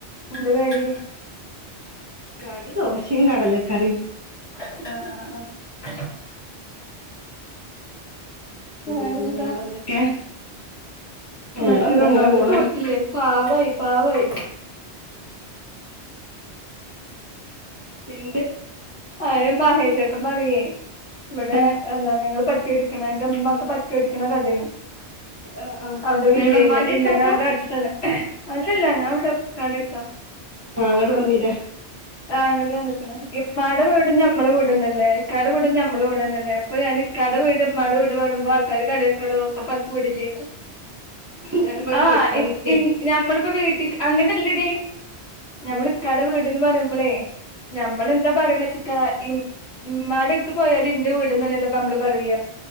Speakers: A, on the left (about 65°); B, on the right (about 25°).
A: എന്താ കടി
B: കടി ദോഷിം കാടലക്കറിം.
A: ആഹ് ആഹ് ആഹ്. വേറെന്താ
B: പിന്നെ വേറെന്തൊക്കെ വേറെന്താ
A: മറ്റേ റൊണാൾഡോ
B: ഇങ്ങനെ പോണ്.
A: തോറ്റില്ലേ പാവായി പാവായി.
B: ഇന്റെ.
A: അതെ മഹേഷേട്ടൻ പറയേ ഇവിടെ
B: ആ
A: എന്താണ് ഞങ്ങള് പറ്റിയേ ന്റെമ്മാക്ക് പറ്റൊടിക്ക്ണ കടെയാണ്.
B: ആ ആ
A: അവിടെ വില്ലയില്
B: എവിടെ ഉമ്മാന്റെ
A: വില്ലേടെ
B: അടുത്താ അപ്പൊ
A: അവ്ടെ അടുത്താണ്. അല്ലില്ല ഞാൻ ഇവിടെ ഇത്താന്റെ അട്ത്താ.
B: ആഹ് അങ്ങാട്ട് വന്നീലെ
A: ആ ഇവിടെയാ നിക്കുന്ന ഇമ്മാടെ വീടും ഞമ്മള വീടന്നല്ലേ ഇക്കാട വീടും ഞമ്മളെ വീടന്നല്ലേ അപ്പൊ ഞാന്. ഇക്കാടെ വീട് ഇമ്മാടെ വീട് പറെംമ്പോ ആൾക്കാര് കളിയൊക്കൊടോ അപ്പ കൂടല്
B: ഞാനിപ്പോ
A: ആഹ്
B: ചോയിക്കാൻ
A: ഇൻ
B: നിക്കാണ്
A: ഇൻ ഞമ്മളിപ്പോ വീട്ടിക്ക് അങ്ങനല്ലടി ഞമ്മള്
B: ഉം
A: ഇക്കാടെ വീട്ന്ന് പറയുമ്പളേ. ഞമ്മളെന്താ പറയൂന്ന് വെച്ചിട്ടാ ഉമ്മാടെ എടുത്ത് പോയാല് എന്റെ വീട്ന്ന്നല്ലേ നമ്മള് പറയ